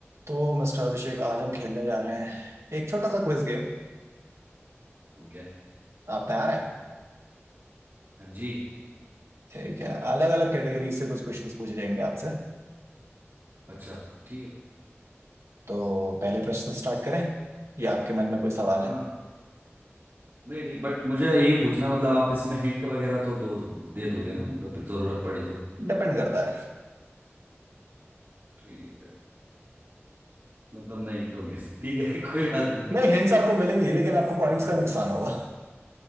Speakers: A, on the right (about 80°); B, on the right (about 55°).
A: तो मिस्टर अभिषेक आज हम खेलने जा रहे हैं एक छोटा सा क्विज गेम
B: ओके
A: आप तैयार हैं
B: हाँ जी
A: ठीक है अलग अलग कैटेगरी से कुछ क्वेश्चंस पूछे जाएंगे आपसे
B: अच्छा ठीक है
A: तो पहले प्रश्न स्टार्ट करें या आपके मन में कोई सवाल
B: हाँ
A: है
B: नहीं नहीं बट मुझे यही पूछना है, मतलब आप इसमें हिंट वगैरह तो दो दे दोगे ना मतलब जरूरत पड़ी तो
A: डिपेंड करता है
B: ठीक है मतलब नहीं दोगे <laughs> ठीक है कोई <laughs> बात
A: नहीं हिंट्स आपको मिलेंगी लेकिन आपको पॉइंट्स
B: नहीं
A: का नुकसान होगा